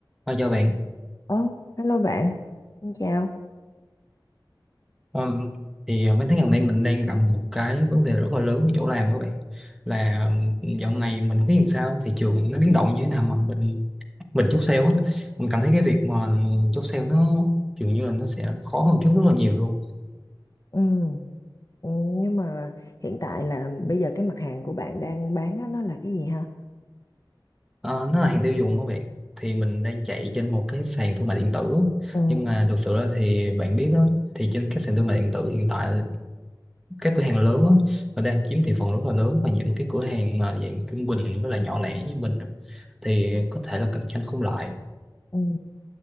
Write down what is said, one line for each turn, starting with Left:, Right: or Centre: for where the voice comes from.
Centre: Thôi chào bạn,
Left: Ờ, hello bạn, xin chào.
Centre: Ừm, thì ờ, mấy tháng gần đây mình đang gặp một cái vấn đề rất là lớn ở chỗ làm các bạn là dạo này mình không biết làm sao thị trường nó biến động như thế nào mà mình mình chốt sale á mình cảm thấy cái việc mà chốt sale nó dường như là nó sẽ khó hơn trước rất là nhiều luôn
Left: Ừ, ừ, nhưng mà hiện tại là bây giờ cái mặt hàng của bạn đang bán á, nó là cái gì ha?
Centre: Ờ, nó là hàng tiêu dùng các bạn thì mình đang chạy trên một cái sàn thương mại điện tử
Left: Ừ,
Centre: nhưng mà thực sự là thì bạn biết đó thì trên các sàn thương mại điện tử hiện tại các cửa hàng lớn á, nó đang chiếm thị phần rất là lớn và những cái cửa hàng mà dạng trung bình với lại nhỏ lẻ như mình á, thì có thể là cạnh tranh không lại
Left: ừ,